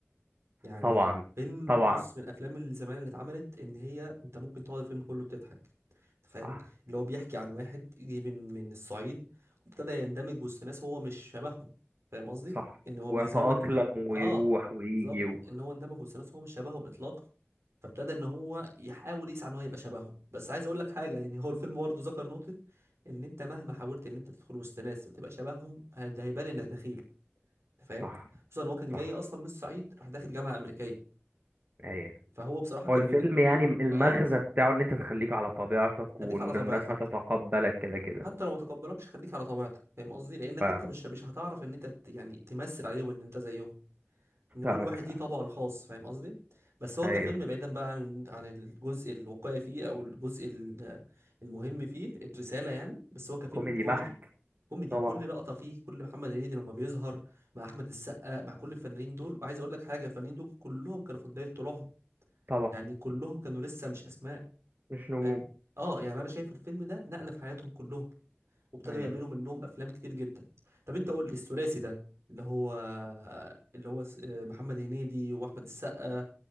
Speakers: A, on the right; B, on the right.
A: يعني
B: طبعا
A: فيلم
B: طبعا
A: بص من الافلام اللي زمان اللي اتعملت ان هي انت ممكن تقعد الفيلم كله بتضحك انت فاهم
B: صح
A: اللي هو بيحكي عن واحد جه من من الصعيد وابتدى يندمج وسط ناس هو مش شبههم فاهم قصدي
B: صح
A: ان هو
B: ويتأقلم
A: بيظهر لك ان
B: ويروح
A: اه
B: ويجي
A: بالظبط
B: و...
A: ان هو اندمج وسط ناس هو مش شبههم اطلاقا فابتدى ان هو يحاول يسعى ان هو يبقى شبههم بس عايز اقول لك حاجه يعني هو الفيلم برضه ذكر نقطه ان انت مهما حاولت ان انت تدخل وسط ناس وتبقى شبههم ده هيبان انك دخيل انت فاهم
B: صح
A: خصوصا ان هو كان جاي
B: صح
A: اصلا من الصعيد راح داخل جامعه امريكيه
B: ايوه
A: فهو بصراحه كان
B: هو الفيلم
A: بين
B: يعني المغزى
A: اه
B: بتاعه ان انت تخليك على طبيعتك
A: خليك
B: وان
A: على طبيعتك
B: الناس هتتقبلك كده كده
A: حتى لو ما تقبلكش خليك على طبيعتك فاهم قصدي لانك
B: ف-
A: انت مش مش هتعرف ان انت ت- يعني تمثل عليهم ان انت زيهم ان كل
B: فاهمك
A: واحد ليه طبعه الخاص فاهم قصدي بس هو
B: ايوه
A: كفيلم بعيدا بقى عن عن الجزء الواقعي فيه او الجزء ال- المهم فيه الرساله يعني بس هو كفيلم
B: كوميدي
A: كوميدي
B: بحت
A: كوميدي
B: طبعا
A: كل لقطه فيه كل محمد هنيدي لما بيظهر مع احمد السقا مع كل الفنانين دول وعايز اقول لك حاجه الفنانين دول كلهم كانوا في بدايه طلوعهم
B: طبعا
A: يعني كلهم كانوا لسه مش اسماء
B: مش نجوم
A: فاهم اه يعني انا شايف الفيلم ده نقله في حياتهم كلهم وابتدوا
B: ايوه
A: يعملوا منهم افلام كتير جدا طب انت قول لي الثلاثي ده اللي هو اللي هو س- آه، محمد هنيدي واحمد السقا